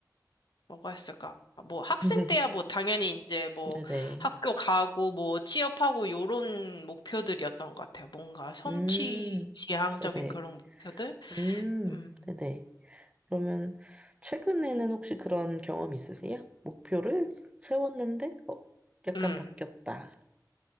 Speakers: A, on the left; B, on the right.
A: 뭐가 있을까? 뭐 학생
B: <laughs>
A: 때야 뭐 당연히 이제 뭐
B: 네네.
A: 학교 가고 뭐 취업하고 요런 목표들이었던 것 같아요. 뭔가 성취
B: 음,
A: 지향적인
B: 네네.
A: 그런 목표들?
B: 음,
A: 음,
B: 네네. 그러면 최근에는 혹시 그런 경험 있으세요? 목표를 세웠는데, 어, 약간
A: 음.
B: 바뀌었다.